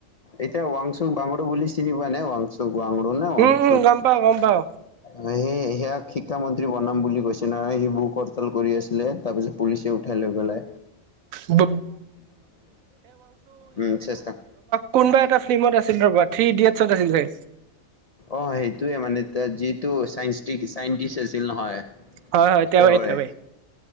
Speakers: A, on the left; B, on the right.
A: এতিয়া ৱাংচুক বাংডো বুলি চিনি পোৱা নে ৱাংচুক বাাংডো নে ৱাংচুখ।
B: উম উম গম পাও গম পাওঁ।
A: সেই সিয়াক শিক্ষামন্ত্ৰী বনাম বুলি কৈছে নহয় সি বুকহৰ্তাল কৰি আছিলে। তাৰ পিছত পুলিচে উঠাই লৈ গ'লে।
B: <unintelligible>
A: উম চেষ্টা
B: কোনবা এটা ফিল্মত আছিল ৰ'বা থ্ৰী ইডিয়টছত আছিল চাগে।
A: অ' সেইটোৱে মানে তে যিটো চাইনষ্টিক চাইন্টিষ্ট আছিল নহয়।
B: হয় হয় তেওঁৱে
A: তেওঁৰে
B: তেওঁৱে